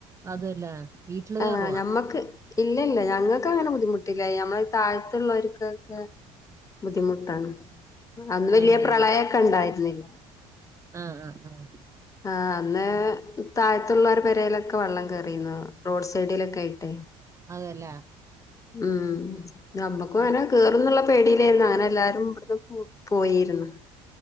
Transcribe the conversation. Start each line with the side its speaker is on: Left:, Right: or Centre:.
Right: അതല്ലേ വീട്ടില്
Left: ഏഹ്
Right: കേറുവാ
Left: ഞമ്മക്ക് ഇല്ല ല്ല ഞങ്ങക്ക് അങ്ങനെ ബുദ്ധിമുട്ടില്ല ഞമ്മള്. താഴത്തുള്ളവര്ക്കൊക്കെ ബുദ്ധിമുട്ടാണ്. അന്ന്ല്ല
Right: ഏഹ്
Left: പ്രളയക്കെണ്ടായിരുന്നില്ല.
Right: ആഹ് ആഹ് ആഹ്.
Left: ആഹ് അന്ന് താഴത്തുള്ളവരെ പെരേലൊക്കെ വള്ളം കേറിന്നു റോഡ് സൈഡിലക്കയിട്ടേ.
Right: അതല്ലേ.
Left: ഉം ഞ്ഞമ്മക്കു അങ്ങനെ കേറുന്നുള്ള. പെടിയിലേന്ന് അങ്ങനെ എല്ലാരും ഇവിടുന്ന് പോ പോയിരുന്ന്.